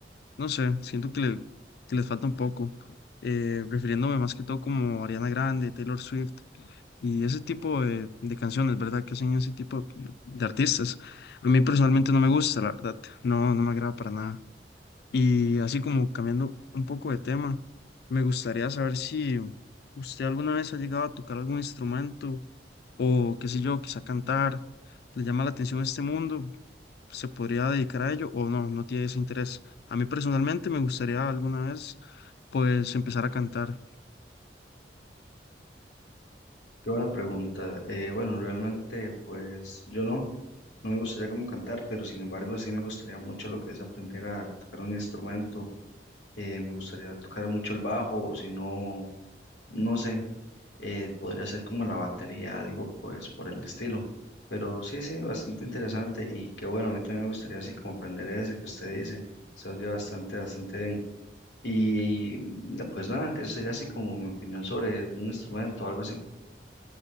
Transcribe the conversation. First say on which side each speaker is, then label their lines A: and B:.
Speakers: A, on the left (about 60°); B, on the left (about 85°).
A: no sé, siento que, le- que les falta un poco, eh, refiriéndome más que todo como Ariana Grande, Taylor Swift y ese tipo de, de canciones, ¿verdad? Que hacen ese tipo de, de artistas. A mí personalmente no me gusta, la verdad, no, no me agrada para nada. Y así como cambiando un poco de tema, me gustaría saber si usted alguna vez ha llegado a tocar algún instrumento o qué sé yo, quizá cantar, le llama la atención este mundo, se podría dedicar a ello o no, no tiene ese interés. A mí personalmente me gustaría alguna vez pues empezar a cantar.
B: Qué buena pregunta. Eh, bueno, realmente pues yo no, no me gustaría como cantar, pero sin embargo sí me gustaría mucho lo que es aprender a tocar un instrumento. Eh, me gustaría tocar mucho el bajo, o si no, no sé. eh, podría ser como la batería, algo pues por el estilo. Pero sí, sí, bastante interesante y que bueno, a mí también me gustaría así como aprender ese que usted dice, se oye bastante, bastante bien. Y, no, pues nada, eso sería así como mi opinión sobre un instrumento o algo así.